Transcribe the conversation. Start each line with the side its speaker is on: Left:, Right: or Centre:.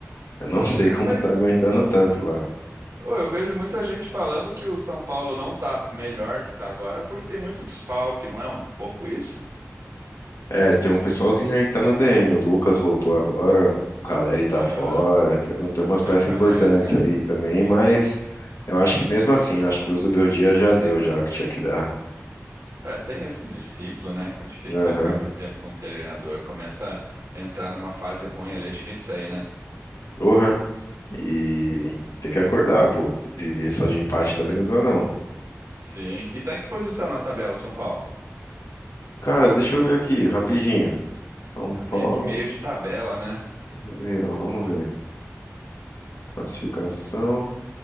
Left: Eu não <laughs> sei como
Right: Mas
Left: que tá aguentando tanto lá.
Right: ô, eu vejo muita gente falando que o São Paulo não tá melhor que tá agora porque tem muito desfalque, não é um pouco isso?
Left: É, tem um pessoalzinho aí que tá no DM, o Lucas voltou agora, o Caleri tá
Right: Aham.
Left: fora, tem, um, tem umas peças
Right: É o Caleri,
Left: importantes
Right: né?
Left: aí também, mas eu acho que mesmo assim, eu acho que o Zubeldia já deu já o que tinha que dar.
Right: É, tem esse de ciclo, né, cara? É Difícil
Left: Aham,
Right: você ficar muito tempo com um treinador. Começa a entrar numa fase ruim ali, é difícil sair, né?
Left: Uhum. E tem que acordar, pô, viver só de empate também não dá não.
Right: Sim. E tá em que posição na tabela, o São Paulo?
Left: Cara, deixa eu ver aqui, rapidinho. São
Right: Tá meio
Left: Paulo.
Right: que meio de tabela, né?
Left: Brasileirão, vamos ver. Classificação.